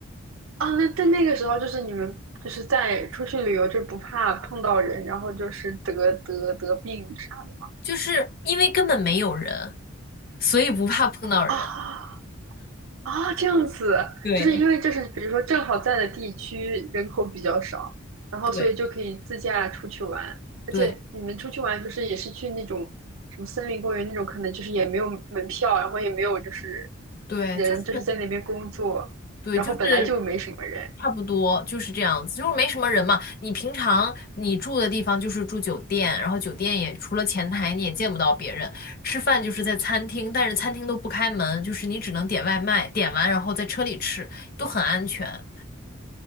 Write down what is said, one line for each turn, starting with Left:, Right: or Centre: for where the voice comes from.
Right: 啊，那在那个时候就是你们就是在出去旅游就不怕碰到人，然后就是得得得病啥的吗？
Left: 就是因为根本没有人，所以不怕碰到人。
Right: 啊啊，这样子，
Left: 对
Right: 就是因为这是比如说正好在的地区人口比较少，然后所以就可以自驾出去玩，
Left: 对
Right: 而且你们出去玩就是也是去那种什么森林公园那种，
Left: 对
Right: 可能就是也没有门票，然后也没有就是
Left: 对，
Right: 人就是在那边工作，
Left: 就是。对，
Right: 然后本来就没什么人，
Left: 就是差不多就是这样子，就是没什么人嘛。你平常你住的地方就是住酒店，然后酒店也除了前台你也见不到别人，吃饭就是在餐厅，但是餐厅都不开门，就是你只能点外卖，点完然后在车里吃，都很安全。